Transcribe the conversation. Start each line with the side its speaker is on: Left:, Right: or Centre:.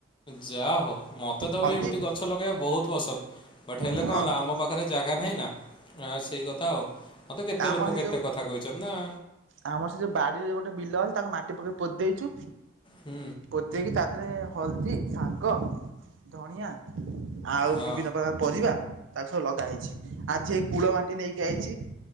Left: ଯାହଉ ମୋତେ ତ
Right: ହଳଦୀ
Left: ବି ଏମିତି ଗଛ ଲଗେଇବା ବହୁତ ପସନ୍ଦ। ପଠେଇଲେ
Right: ହଁ
Left: କଣ ହେଲା, ଆମ ପାଖ ପାଖରେ ଜାଗା ନାହିଁ ନା ସେଇ କଥା ଆଉ, ମୋତେ କେତେ
Right: ଆମ
Left: ଲୋକ
Right: ସେ
Left: କେତେ
Right: ଯୋଉ
Left: କଥା କହିଛନ୍ତି ନା।
Right: ଆମର ସେ ଯୋଉ ବାଡିରେ ଗୋଟେ ବିଲ ଅଛି, ତାକୁ ମାଟି ପକେଇ ପୋତି ଦେଇଚୁ।
Left: ହୁଁ।
Right: ପୋତି ଦେଇକି ତା ଦେହରେ ହଳଦୀ, ଶାଗ, ଧଣିଆ ଆଉ
Left: ହଁ
Right: ବିଭିନ୍ନ ପ୍ରକାର ପରିବା ତାକୁ ସବୁ ଲଗା ହେଇଛି, ଆଜି ଏଇ କୂଳ ମାଟି ନେଇକି ଆଇଚି